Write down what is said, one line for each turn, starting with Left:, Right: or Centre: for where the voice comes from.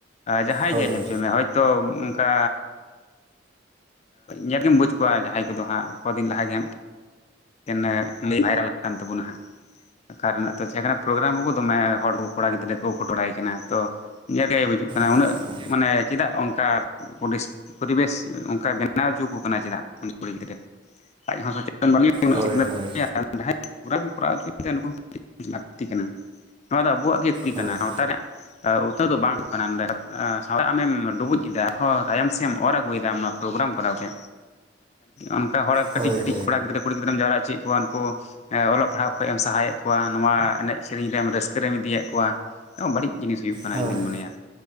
Left: ᱡᱟᱦᱟᱸᱭ
Right: ᱦᱳᱭ
Left: ᱜᱮ ᱧᱮᱞ ᱦᱚᱪᱚᱭᱮᱢᱮ ᱦᱚᱭᱛᱳ ᱚᱱᱠᱟᱼᱼ ᱧᱮᱞᱜ ᱜᱮᱢ ᱵᱩᱡᱽ ᱠᱚᱣᱟ ᱡᱟᱦᱟᱸᱭ ᱠᱚᱫᱚ ᱦᱟᱸᱜ ᱠᱚᱫᱤᱱ ᱞᱟᱦᱟ ᱜᱮ ᱦᱟᱸᱜ ᱼᱼ <unintelligible> ᱵᱷᱟᱭᱨᱟᱞ ᱠᱟᱱ ᱛᱟᱵᱚᱱᱟ ᱦᱟᱸᱜ ᱚᱠᱟ ᱨᱮᱱᱟᱜ ᱛᱚ ᱛᱟᱦᱮᱸ ᱠᱟᱱᱟ ᱯᱨᱳᱜᱨᱟᱢ ᱦᱚᱸᱠᱚ ᱫᱚᱢᱮ ᱦᱚᱲ ᱠᱚ ᱠᱚᱲᱟ ᱜᱤᱫᱽᱨᱟᱹ ᱠᱚ ᱯᱷᱳᱴᱳᱭ ᱵᱲᱟᱭ ᱠᱟᱱᱟ, ᱛᱚᱼᱼ ᱜᱮ ᱵᱩᱡᱩᱜ ᱠᱟᱱᱟ
Right: ᱟᱪᱪᱷᱟ
Left: ᱩᱱᱟᱹᱜ ᱢᱟᱱᱮ ᱪᱮᱫᱟᱜ ᱚᱱᱠᱟᱼᱼ ᱯᱚᱨᱤᱥ ᱯᱚᱨᱤᱵᱮᱥ ᱚᱱᱠᱟ ᱵᱮᱱᱟᱣ ᱦᱚᱪᱚ ᱟᱠᱩ ᱠᱟᱱᱟ ᱪᱮᱫᱟᱜ? ᱩᱱᱤ ᱠᱩᱲᱤ ᱜᱤᱫᱽᱨᱟᱹ᱾ ᱟᱡ ᱦᱚᱸ ᱥᱚᱪᱮᱛᱚᱱ ᱵᱟᱹᱱᱩᱜ ᱮᱭᱟ ᱩᱱᱟᱹᱜ
Right: ᱦᱳᱭ
Left: ᱥᱤᱠᱱᱟᱹᱛ
Right: ᱦᱳᱭ
Left: ᱜᱮᱭᱟ <unintelligible> <unintelligible> ᱠᱚᱨᱟᱣ ᱦᱚᱪᱚᱭᱮᱫᱟ ᱱᱚᱣᱟ ᱦᱚᱸ ᱠᱟᱹᱴᱤᱡ ᱞᱟᱹᱠᱛᱤ ᱠᱟᱱᱟ ᱱᱚᱣᱟ ᱫᱚ ᱟᱵᱩᱣᱟᱜ ᱜᱮ ᱠᱷᱩᱭ
Right: ᱦᱳᱭ
Left: ᱠᱟᱱᱟ ᱥᱟᱶᱛᱟ ᱨᱮᱭᱟᱜ ᱩᱛᱱᱟᱹᱣ ᱫᱚ ᱵᱟᱝᱼᱼ <unintelligible> ᱥᱟᱶ ᱟᱢᱮᱢ ᱰᱩᱵᱩᱡ ᱮᱫᱟ ᱛᱟᱭᱚᱢ ᱥᱮᱫ ᱮᱢ ᱚᱨ ᱟᱹᱜᱩᱭᱮᱫᱟ ᱱᱚᱣᱟ ᱯᱨᱳᱜᱨᱟᱢ ᱠᱚᱨᱟᱣ ᱛᱮ᱾ ᱚᱱᱠᱟ ᱦᱚᱲ ᱠᱟᱹᱴᱤᱡ
Right: ᱦᱳᱭ
Left: ᱠᱟᱹᱴᱤᱡ
Right: ᱦᱳᱭ
Left: ᱠᱚᱲᱟ ᱜᱤᱫᱽᱨᱟᱹ ᱠᱩᱲᱤ ᱜᱤᱫᱽᱨᱟᱹᱢ ᱡᱟᱣᱨᱟ ᱦᱚᱪᱚᱭᱮᱫ ᱠᱚᱣᱟ ᱩᱱᱠᱩᱼᱼ ᱦᱮᱸ ᱚᱞᱚᱜ ᱯᱟᱲᱦᱟᱜ ᱠᱷᱚᱡ ᱮᱢ ᱥᱟᱦᱟᱭᱮᱫ ᱠᱚᱣᱟ ᱱᱚᱣᱟ ᱮᱱᱮᱡ ᱥᱮᱨᱮᱧ ᱨᱮᱢ ᱨᱟᱹᱥᱠᱟᱹ ᱨᱮᱢ ᱤᱫᱤᱭᱮᱫ ᱠᱚᱣᱟ᱾ ᱵᱟᱹᱲᱤᱡ ᱡᱤᱱᱤᱥ ᱦᱩᱭᱩᱜ ᱠᱟᱱᱟ
Right: ᱦᱳᱭ
Left: ᱤᱧᱫᱩᱧ
Right: ᱦᱳᱭ
Left: ᱢᱚᱱᱮᱭᱟ!